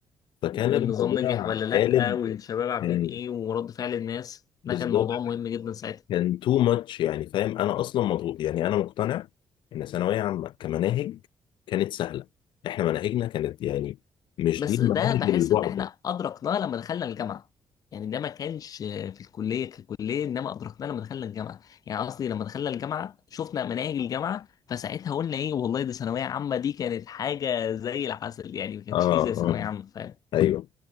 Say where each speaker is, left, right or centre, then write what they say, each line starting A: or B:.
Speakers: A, on the left; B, on the left.
A: فكان
B: والنظام
A: الموضوع
B: نجح ولا لأ
A: قالب
B: والشباب عاملين
A: يعني
B: ايه ورد فعل الناس ده
A: بالظبط
B: كان موضوع مهم جدا ساعتها
A: كان تو ماتش يعني فاهم انا اصلا مضغوط يعني انا مقتنع ان ثانويه عامه كمناهج كانت سهله احنا مناهجنا كانت يعني مش
B: بس
A: دي المناهج
B: ده بحس
A: البعبع
B: ان احنا ادركناه لما دخلنا الجامعه يعني ده ما كانش في الكليه ككليه انما ادركناه لما دخلنا الجامعه يعني قصدي لما دخلنا الجامعه شفنا مناهج الجامعه فساعتها قلنا ايه والله دي ثانويه عامه دي كانت حاجه زي العسل يعني ما كانش
A: اه
B: فيه زي
A: اه
B: ثانويه عامه فاهم
A: ايوه